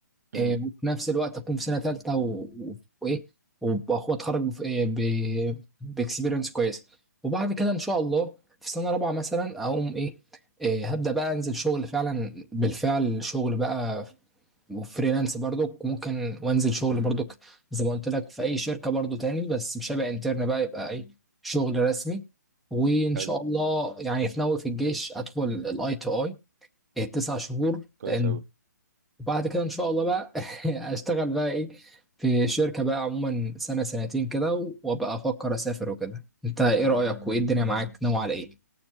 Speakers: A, on the right; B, in the centre.
A: امم
B: إيه، وفي نفس الوقت اكون في سنه ثالثه و... و- وايه وأخو اتخرج بف... إيه، ب... باكسبيرينس كويسه وبعد كده ان شاء الله في سنه رابعه مثلا اقوم ايه, إيه هبدا بقى انزل شغل فعلا بالفعل شغل بقى وفريلانس برضك ممكن وانزل شغل برضك زي ما قلت لك في اي شركه برضو تاني بس مش هبقى انترن بقى يبقى ايه شغل رسمي وان
A: حلو
B: شاء الله يعني في ناوي في الجيش ادخل الاي تو اي تسع شهور
A: كويس
B: لان
A: اوي
B: وبعد كده ان شاء الله بقى <laughs> اشتغل بقى ايه في شركة بقى عموما سنة سنتين كده و- وابقى افكر اسافر وكده انت ايه رأيك وايه الدنيا معاك ناوي على ايه